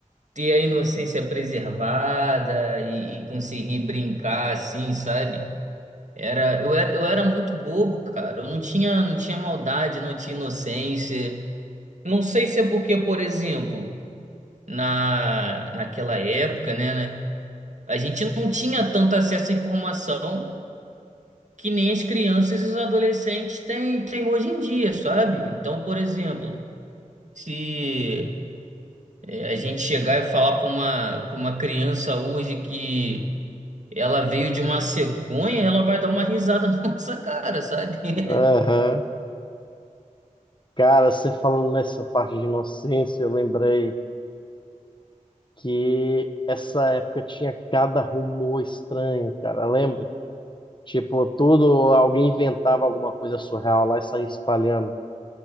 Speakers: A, on the right; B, on the left.
A: ter a inocência preservada e, e conseguir brincar assim, sabe? Era, eu era, eu era muito bobo, cara. Eu não tinha, não tinha maldade, não tinha inocência. Não sei se é porque, por exemplo, na, naquela época, né, né, a gente não tinha tanto acesso à informação que nem as crianças e os adolescentes têm, têm hoje em dia, sabe? Então, por exemplo, se é, a gente chegar e falar para uma, para uma criança hoje que ela veio de uma cegonha, ela vai dar uma risada <laughs> na nossa cara, sabe?
B: Aham.
A: <laughs>
B: Cara, você falando nessa parte de inocência, eu lembrei que essa época tinha cada rumor estranho, cara. Lembra? Tipo, tudo, alguém inventava alguma coisa surreal lá e saía espalhando.